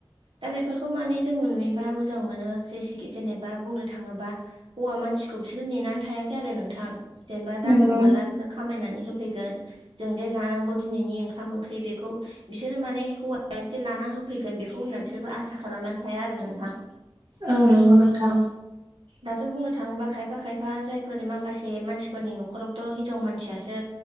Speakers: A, on the right; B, on the right.
A: दा बेफोरखौ माने जों नुयोबा मोजां मोनो जेसे जेनेबा बुंनो थाङोबा हौवा मानसिखौ बिसोर नेनानै थायाखै आरो नोंथां जेनेबा रांखौ
B: नंगौ
A: माला बिसोर खामायनानै होै जों जे जानांगौ दिनैनि ओंखाम ओंख्रि बेखौ बिसोरो माने हौ ला ना होफैगोन बेखौ होननानै बिसोरबो आसा खालामनानै थाया आरो नोंथां
B: औ नांगौ नोंथां
A: दाथ' बुंनो थाङोबा खायफा खायफा जायफोर माखासे मानसिफोरनि न'खरावथ' हिनजाव मानसियासो